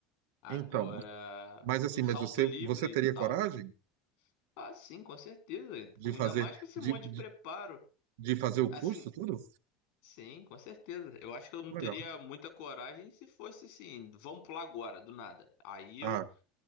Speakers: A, on the left; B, on the right.
A: Agora,
B: Então, mas assim,
A: um salto
B: mas você,
A: livre
B: você teria
A: e tal,
B: coragem?
A: ah, sim, com certeza.
B: De
A: Ainda
B: fazer,
A: mais com esse
B: de,
A: monte de
B: de
A: preparo.
B: de fazer o
A: Assim,
B: curso, tudo?
A: Sim, com certeza. Eu acho que eu não
B: Legal.
A: teria muita coragem se fosse assim, vamos pular agora, do nada. Aí eu
B: Ah,